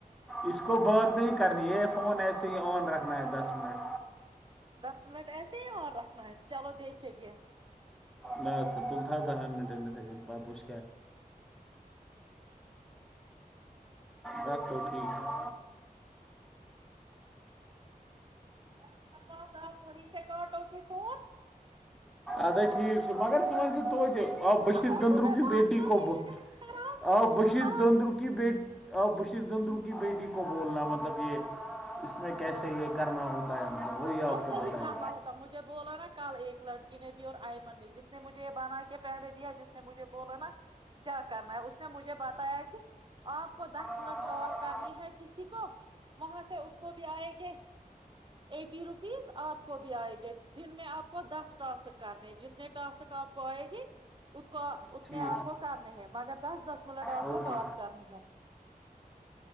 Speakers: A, in the centre; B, on the right.
A: اس کو بات نہیں کرنی یہ فون ایسے ہی آن رکھنا ہے دس منٹ
B: دس منٹ ایسے ہی مار رکھنا ہے چلو دیکھے گ
A: نہ سل تھا دہن منٹ پ وچ دکھوٹیک ہے
B: دس منٹ بعد آپ وہیں سے کاٹو گ فون
A: اد ٹھیک مگر وج سے توتے آ بشیر
B: اردو
A: دندرو
B: میں
A: کیی
B: بات
A: بیٹی
B: کرو
A: کوب
B: یہ گج خراب
A: آ
B: یہ
A: بشیر
B: خراب
A: دندر کیی بی اور بشیر دندرو کی بیٹی کو بولنا مطلب یہ اس میں کیسے یہ کرنا ہوتا ہے مطلب وہی آپ
B: ایسے
A: کو بتائیں
B: ہی کہنا
A: گے
B: ہوتا مجھے بولو نا کل ایک لڑکی نب اور آئمن نے جس نے مجھے یہ بنا کے پہنےے دیا جس نے مجھے بولا نا کیا کرنا ہے اس نے مجھے بتایا کہ آپ کو دس منٹ
A: ہوں
B: کال کرنی ہے کسی کو وہاں سے اس کو بھی آئے گے ایٹی روپیز آپ کو بھی آئے گے دن میں آپ کو دس ٹسک کرنے جتنے ٹاسک آپ کو آئے گی کو اتنے
A: ٹھیک
B: آپ کو کرنے ہیں مگر دس دس منٹ آپ
A: اوکے
B: کو بات کرنی ہے